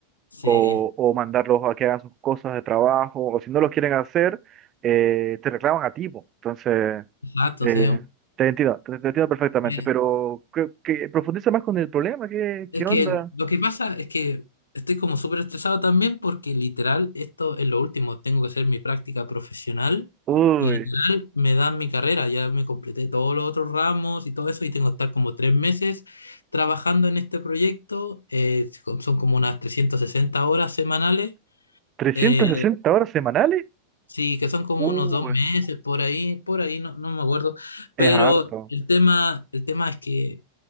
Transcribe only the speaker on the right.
o, o mandarlos a que hagan sus cosas de trabajo, o si no lo quieren hacer, eh, te reclaman a ti, po. Entonces...
Eh,
te entiendo, te, te entiendo perfectamente,
pero que, que profundiza más con el problema, ¿qué,
qué onda?
Uy,
¿trescientas
sesenta horas semanales?
Uy,
es
harto.